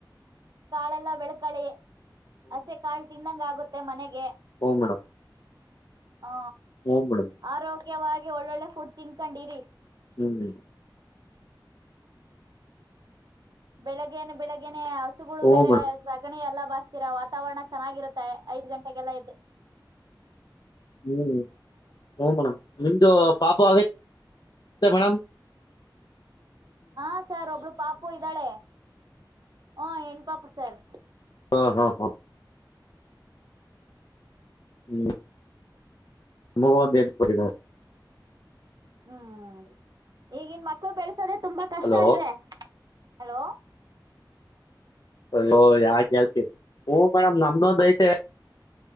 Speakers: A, on the right; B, on the left.
A: ಕಳೆಲ್ಲ ಬೆಳ್ಕಳಿ ಹಸೆ ಕಾಳು ತಿಂದಂಗ ಆಗುತ್ತೆ ಮನೆಗೆ
B: ಓ ಮೇಡಮ್
A: ಹಾ
B: ಹ್ಞೂ ಮೇಡಮ್
A: ಆರೋಗ್ಯವಾಗಿ ಒಳ್ಳೊಳ್ಳೆ ಫುಡ್ ತಿನ್ಕೊಂಡಿರಿ
B: ಹ್ಮ್್ಮ
A: ಬೆಳಗನೆ ಬೆಳಗ್ನೆ ಹಸುಗಳು
B: ಹ್ಞೂ
A: ಬೇರೆ
B: ಮೇಡಮ್
A: ಸಗಣಿ ಎಲ್ಲ ಬಸ್ತೀರಾ ವಾತಾವರಣ ಚೆನ್ನಾಗಿರುತ್ತೆ ಐದ್ ಗಂಟೆಗೆಲ್ಲ ಇದ್ದೆ
B: ಹ್ಮ್ ಹ ಮೇಡಮ್ ನಿಮ್ದು ಪಾಪ ಆಗೈತ್ ಇತ್ತ ಮಣ
A: ಹಾ ಸಾರ್ ಒಬ್ಬಳು ಪಾಪು ಇದ್ದಾಳೆ ಹ ಹೆನ್ ಪಾಪು ಸಾರ್
B: ಹಾ ಹಾ ಹಾ ಹ್ಮ್ ಮೂವೊಂದೇನ ಕೊಡಿಮ
A: ಹ್ಮ್ ಈಗನ್ ಮಕ್ಳು ಬೆಳಸೋದೆೆ ತುಂಬಾ ಕಷ್ಟ
B: ಹಲೋ
A: ಇದೆ ಹಲೋ
B: ಅಯ್ಯೋ ಯಾ ಹೇಳ್ತಿ ಹ ಮೇಡಮ್ ನಮ್ದೊಂದ್ ಐತೆ